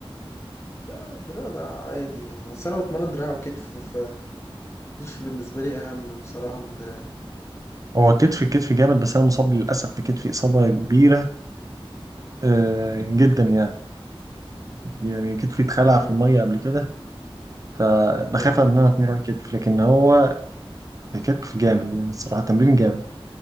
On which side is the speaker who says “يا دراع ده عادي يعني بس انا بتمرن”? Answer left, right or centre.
Left